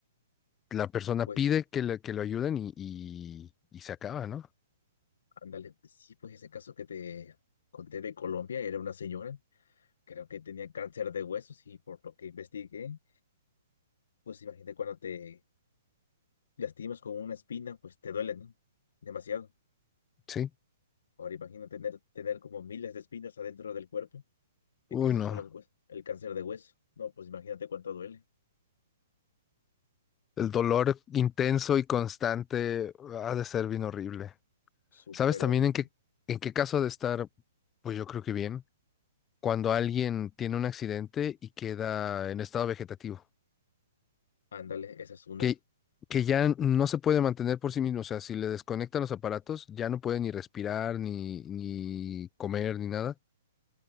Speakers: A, on the left; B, on the left.
A: La persona
B: Pues,
A: pide que, le- que lo ayuden y, y, y se acaba, ¿no?
B: ándale, sí, pues ese caso que te conté de Colombia, era una señora, creo que tenía cáncer de huesos y por lo que investigué, pues imagínate cuando te lastimas con una espina, pues te duele, ¿no? Demasiado.
A: Sí.
B: Ahora imagina tener, tener como miles de espinas adentro del cuerpo,
A: Uy,
B: es que esos
A: no.
B: son los huesos, el cáncer de hueso. No, pues imagínate cuánto duele.
A: El dolor intenso y constante ah, ha de ser bien horrible.
B: Súper
A: ¿Sabes también
B: horrible.
A: en qué, en qué caso ha de estar? Pues yo creo que bien. Cuando alguien tiene un accidente y queda en estado vegetativo,
B: Ándale, esa es una.
A: que, que ya no se puede mantener por sí mismo. O sea, si le desconectan los aparatos, ya no puede ni respirar, ni, ni comer, ni nada.